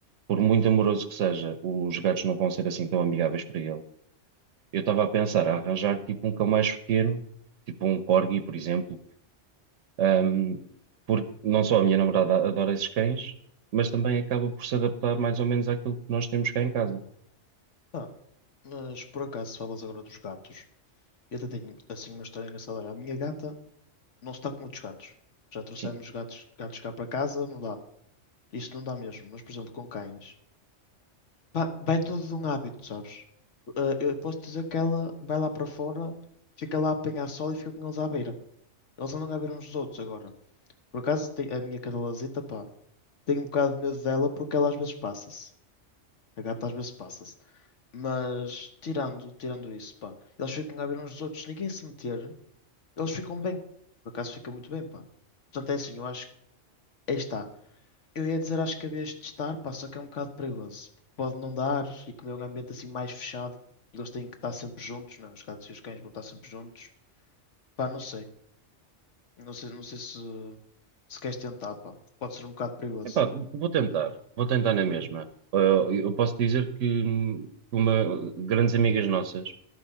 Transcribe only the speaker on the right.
por muito amoroso que seja, os gatos não vão ser assim tão amigáveis para ele. Eu estava a pensar a arranjar tipo um cão mais pequeno, tipo um corgi, por exemplo, ahm, porque não só a minha namorada adora esses cães, mas também acaba por se adaptar mais ou menos àquilo que nós temos cá em casa.
Sim.
Epá, vou tentar, vou tentar na mesma. Eu, eu posso dizer que hum, uma, grandes amigas nossas,